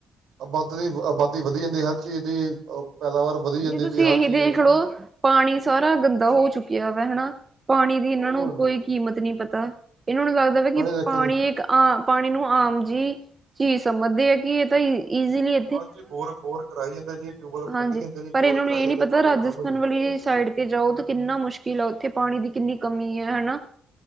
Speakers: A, on the right; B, on the right.
A: ਆਬਾਦ ਦੀ ਆਬਾਦੀ ਵਧੀ ਜਾਂਦੀ, ਹਰ ਚੀਜ਼ ਦੀ ਪੈਦਾਵਾਰ ਵਧੀ ਜਾਂਦੀ
B: ਜੀ ਤੁਸੀਂ
A: ਵੀ ਹਰ
B: ਇਹੀ
A: ਚੀਜ਼
B: ਦੇਖ ਲੌ ਪਾਣੀ ਸਾਰਾ ਗੰਦਾ ਹੋ ਚੁੱਕਿਆ ਵਾ ਹਨਾ, ਪਾਣੀ ਦੀ ਇਹਨਾਂ
A: ਉਹ
B: ਨੂੰ ਕੋਈ ਕੀਮਤ ਨੀ ਪਤਾ, ਏਨਾਂ ਨੂੰ ਲੱਗਦਾ ਵਾ ਕਿ
A: ਦੇਖੋ
B: ਪਾਣੀ
A: ਜੀ
B: ਇੱਕ ਆ ਪਾਣੀ ਨੂੰ ਆਮ ਜੀ ਚੀਜ਼ ਸਮਝਦੇ ਆ, ਕਿ ਏਤਾਂ ਇਜ਼ੀਲੀ
A: ਬਸ ਜੀ ਬੋਰ-ਬੋਰ ਕਰਵਾਈ ਜਾਂਦੇ ਜੀ, ਟਿਊਵੈਲ
B: ਹਾਂਜੀ
A: ਕੱਡੀ ਜਾਂਦੇ ਜੀ।
B: ਪਰ
A: ਬੋਰ
B: ਏਨਾਂ
A: ਕਰਾਈ
B: ਨੂੰ ਏ
A: ਜਾਂਦੇ
B: ਨੀ ਪਤਾ
A: ਪਾਣੀ
B: ਰਾਜਸਥਾਨ
A: ਖਤਮ ਹੋ ਜਾਂਦਾ
B: ਵਾਲੀ
A: ਹਾਂਜੀ
B: ਸਾਈਡ ਤੇ ਜਾਓ ਕਿੰਨਾ ਮੁਸ਼ਕਿਲ ਐ ਉੱਥੇ, ਪਾਣੀ ਦੀ ਕਿੰਨੀ ਕਮੀ ਐ ਹਨਾ।